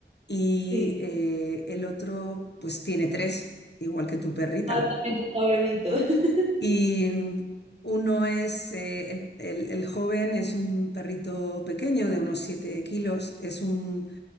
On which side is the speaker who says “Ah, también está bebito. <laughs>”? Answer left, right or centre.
Right